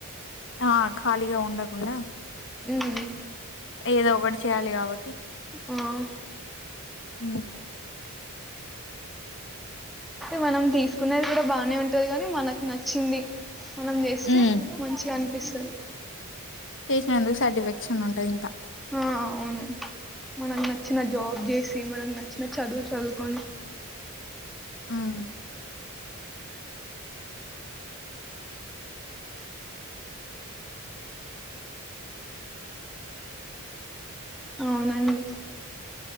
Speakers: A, on the left (about 60°); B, in the centre.
A: ఆ ఖాళీగా ఉండకు కుండ
B: మ్మ్
A: ఏదో ఒకటి చేయాలి కాబ
B: ఆ!
A: హ్మ్
B: మనం తీసుకునేది కూడా బానే ఉంటది కాని మనకు నచ్చింది మనం చేస్తే
A: ఉమ్
B: మంచిగా అనిపి ఇస్తది
A: చేసినందుకు సాటిఫిక్షన్ ఉంటది ఇంకా
B: ఆ అవును మనకు నచ్చిన జాబ్ చేసి మనకు నచ్చిన చదువు చదువుకొని
A: హ్మ్
B: అవునండి